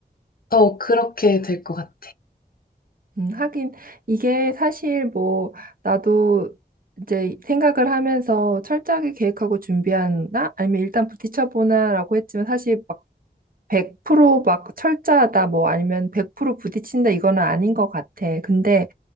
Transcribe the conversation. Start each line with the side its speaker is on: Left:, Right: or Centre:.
Left: 어, 그렇게 될 것 같아.
Right: 음, 하긴 이게 사실 뭐 나도 이제 생각을 하면서 철저하게 계획하고 준비하나 아니면 일단 부딪혀보나라고 했지만 사실 막 100%막 철저하다 뭐 아니면 100% 부딪힌다 이거는 아닌 것 같아. 근데